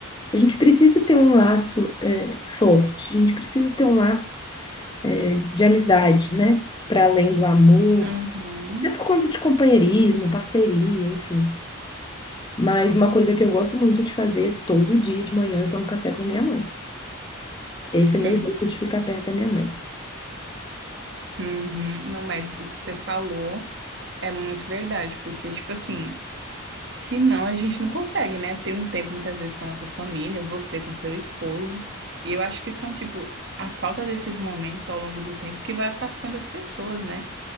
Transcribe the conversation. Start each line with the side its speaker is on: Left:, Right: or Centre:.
Left: a gente precisa ter um laço, eh, forte, a gente precisa ter um laço é, de amizade, né? Para além do amor.
Right: Uhum.
Left: É por conta de companheirismo, parceria, enfim. Mas uma coisa que eu gosto muito de fazer todo dia de manhã, eu tomo café com a minha mãe. Esse
Right: Sim.
Left: é meu jeito de ficar perto da minha mãe.
Right: Uhum. Não, mas isso que você falou é muito verdade, porque, tipo assim. Se não, a gente não consegue, né? Ter um tempo muitas vezes com a nossa família, você com seu esposo. E eu acho que são, tipo, a falta desses momentos ao longo do tempo que vai afastando as pessoas, né?